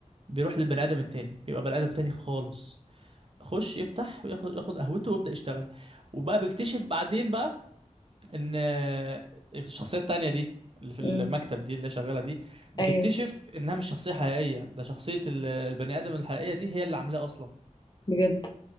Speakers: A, on the right; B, on the left.
A: بيروح للبني آدم التاني بيبقى بني آدم تاني خالص خش يفتح وياخد ياخد قهوته ويبدأ يشتغل وبقى بيكتشف بعدين بقى ان آه، الشخصية التانية دي اللي في
B: مم.
A: المكتب دي اللي شغالة دي بتكتشف
B: أيوه
A: انها مش شخصية حقيقية ده شخصية ال- البني آدم الحقيقية دي هي اللي عاملاه اصلا
B: بجد